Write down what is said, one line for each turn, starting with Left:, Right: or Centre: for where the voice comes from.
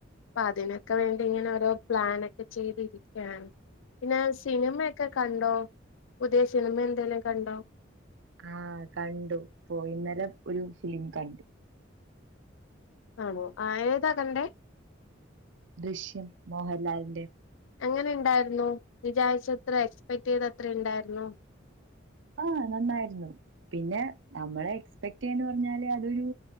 Left: അപ്പൊ അതിനൊക്കെ വേണ്ടിങ്ങനെ ഓരോ പ്ലാനൊക്കെ ചെയ്തിരിക്കാണ് പിന്നെ സിനിമയൊക്കെ കണ്ടോ പുതിയ സിനിമ എന്തെലും കണ്ടോ
Right: ആഹ് കണ്ടു പോയി ഇന്നലെ ഒരു ഫിലിം കണ്ടു
Left: ആണോ ആഹി ഏതാ കണ്ടേ
Right: ദൃശ്യം മോഹൻലാലിന്റെ
Left: എങ്ങനെ ഇണ്ടായിരുന്നു വിചാരിച്ച അത്ര എക്സ്പെക്ടിയ്ത അത്ര ഇണ്ടായിരുന്നു
Right: ആഹ് നന്നായിരുന്നു പിന്നെ നമ്മളെ എക്സ്പെക്ടിയ്യാന്ന് പറഞ്ഞാല് അതൊരു